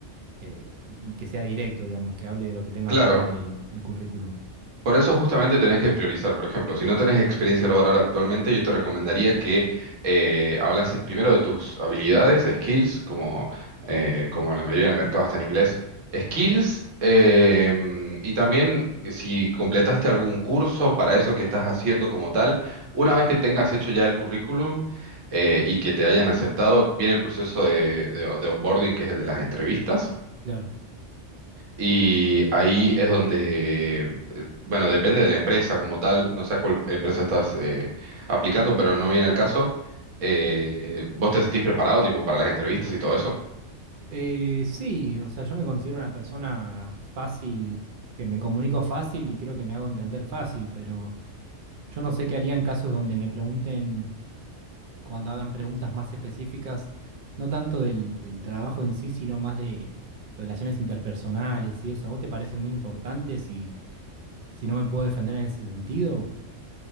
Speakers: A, on the right (about 50°); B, on the right (about 80°).
A: eh, y y que sea directo, digamos, que hable de lo que tenga
B: Claro.
A: que hablar el el currículum.
B: Por eso justamente tenés que priorizar, por ejemplo, si no tenés experiencia laboral actualmente, yo te recomendaría que eh, hablases primero de tus habilidades, skills, como, eh, como la mayoría del mercado está en inglés, skills, em, y también si completaste algún curso para eso que estás haciendo como tal, una vez que tengas hecho ya el currículum eh, y que te hayan aceptado, viene el proceso de de- de onboarding, que es el de las entrevistas
A: Claro.
B: y ahí es donde, eh, bueno, depende de la empresa como tal, no sé a cuál empresa estás eh, aplicando, pero no viene al caso. Eh, ¿vos te sentís preparado tipo para las entrevistas y todo eso?
A: Eh, sí, o sea, yo me considero una persona fácil, que me comunico fácil y creo que me hago entender fácil, pero yo no sé qué haría en casos donde me pregunten, cuando hagan preguntas más específicas, no tanto del, del trabajo en sí, sino más de relaciones interpersonales y eso. ¿A vos te parece muy importante si, si no me puedo defender en ese sentido?